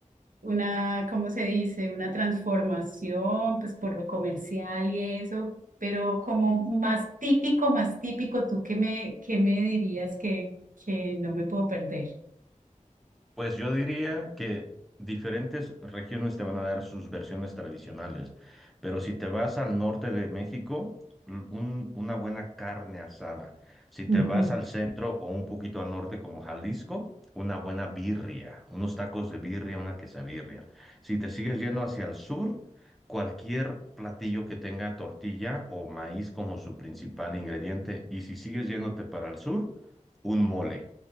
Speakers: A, on the right (about 80°); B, in the centre.
A: una, ¿cómo se dice? Una transformación pues por lo comercial y eso. Pero como más típico, más típico, ¿tú qué me, qué me dirías que, que no me puedo perder?
B: Pues yo diría que diferentes regiones te van a dar sus versiones tradicionales, pero si te vas al norte de México, l- un- una buena carne asada. Si te
A: <laughs>
B: vas al centro o un poquito al norte como Jalisco, una buena birria, unos tacos de birria, una quesabirria. Si te sigues yendo hacia el sur, cualquier platillo que tenga tortilla o maíz como su principal ingrediente. Y si sigues yéndote para el sur, un mole.